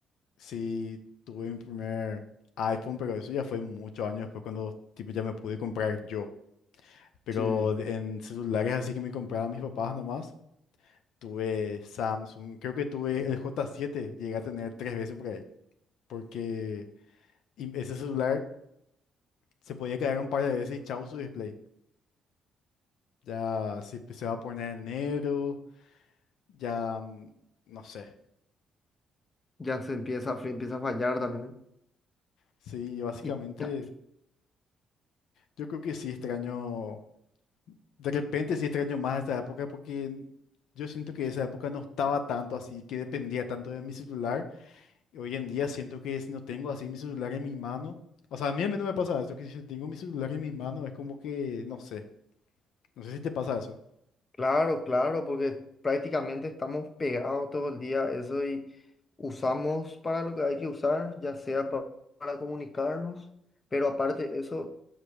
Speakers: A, on the left; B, on the left.
A: sí tuve mi primer iPhone, pero eso ya fue muchos años después cuando tipo ya me pude comprar yo. Pero
B: sí,
A: de- en celulares así que me compraban mis papás nomás, tuve Samsung, creo que tuve el J7, llegué a tener tres veces por ahí, porque y ese celular se podía caer un par de veces y chau su display. Ya si se va a poner negro, ya mm, no sé.
B: ya se empieza, a fri- empieza a fallar también.
A: Sí, básicamente
B: Y ta-
A: yo creo que sí extraño, de repente sí extraño más esta época porque yo siento que esa época no estaba tanto así, que dependía tanto de mi celular. Y hoy en día siento que si no tengo así mi celular en mi mano, o sea, a mí al menos me pasa eso, que si tengo mi celular en mi mano es como que, no sé, no sé si te pasa eso.
B: claro, claro, porque prácticamente estamos pegados todo el día a eso y usamos para lo que hay que usar, ya sea pa- para, comunicarnos, pero aparte de eso,